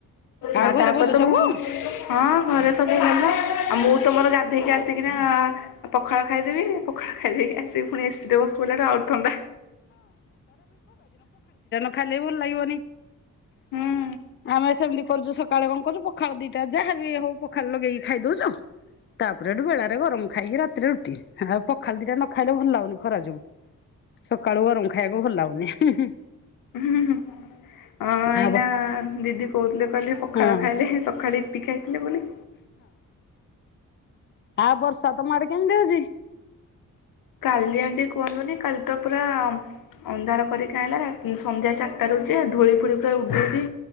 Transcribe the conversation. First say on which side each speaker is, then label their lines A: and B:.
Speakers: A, on the left; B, on the left.
A: ଆଉ
B: ନା
A: ଘରେ
B: ତାପରେ
A: ଭଲ
B: ତ
A: ସବୁ
B: ମୁଁ ହଁ ଘରେ ସବୁ ଭଲ ଆଉ ମୁଁ ତ ମୋର ଗାଧେଇକି ଆସିକିନା ଆଉ ପଖାଳ ଖାଇଦେବି ପଖାଳ ଖାଇଦେଇକି ଆସିକି ପୁଣି ଏସିରେ ବସିପଡ଼ିଲାଠୁ ପୁଣି ଆହୁରି ଥଣ୍ଡା।
A: ଖାଲି ଭଲ ଲାଗିବନି।
B: ହଁ
A: ଆମେ ସେମିତି କରୁଛୁ ସକାଳେ କଣ କରୁଛୁ ପଖାଳ ଦିଟା ଯାହାବି ହଉ ପଖାଳ ଲଗେଇକି ଖାଇ ଦଉଛ ତାପରେ ଏଠୁ ବେଳାରେ ଗରମ ଖାଇକି ରାତିରେ ରୁଟି ଆଉ ପଖାଳ ଦିଟା ନ ଖାଇଲେ ଭଲ ଲାଗନି ଖରା ଯୋଗୁ ସକାଳୁ ଗରମ ଖଇବା ଭଲଗୁନି। ହୁଁ ହୁଁ
B: ହୁଁ ହୁଁ ହଁ ଏଇନା
A: ଆଉ
B: ଦିଦି କହୁଥିଲେ କହିଲେ ପଖାଳ
A: ହଁ
B: ଖାଇଲେ ସକାଳେ ଇପି ଖାଇଥିଲେ ବୋଲି।
A: ଆ ବର୍ଷା ତ ମାଡ କେମିତି ହଉଛି।
B: କାଲି ଆଣ୍ଟି କୁହନ୍ତୁନି କାଲି ତ ପୁରା ଅନ୍ଧାର କରିକି ଆଇଲା ସନ୍ଧ୍ୟା ଚାରିଟାରୁ ଯେ ଧୂଳି ଫୁଳି ପୁରା ଉଡ଼େଇକି